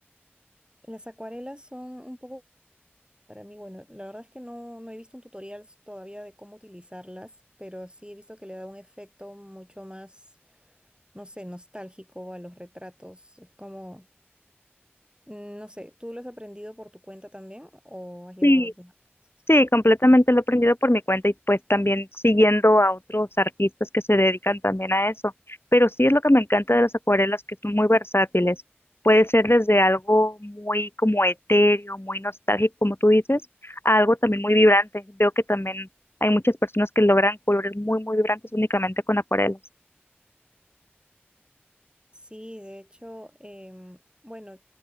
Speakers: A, on the right (about 25°); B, on the left (about 70°).
A: Las acuarelas son un poco Para mí, bueno, la verdad es que no, no he visto un tutorial s- todavía de cómo utilizarlas, pero sí he visto que le da un efecto mucho más, no sé, nostálgico a los retratos. Es como, mm, no sé, ¿tú lo has aprendido por tu cuenta también o has llevado
B: Sí,
A: algunas clases?
B: sí, completamente lo he aprendido por mi cuenta y pues también siguiendo a otros artistas que se dedican también a eso. Pero sí es lo que me encanta de las acuarelas, que son muy versátiles. Puede ser desde algo muy como etéreo, muy nostálgico, como tú dices, a algo también muy vibrante. Veo que también hay muchas personas que logran colores muy, muy vibrantes únicamente con acuarelas.
A: Sí, de hecho, em, bueno,